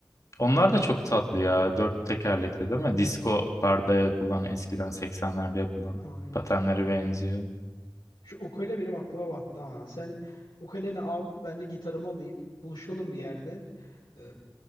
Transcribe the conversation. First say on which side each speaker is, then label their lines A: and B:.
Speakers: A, on the left (about 40°); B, on the left (about 75°).
A: Onlar da çok tatlı ya. Dört tekerlekli değil mi? Diskolarda yapılan eskiden 80'lerde yapılan
B: Aynen.
A: patenlere benziyor.
B: Şu ukule benim aklıma battı ha. Sen ukuleni al, ben de gitarımı alayım. Buluşalım bir yerde. E,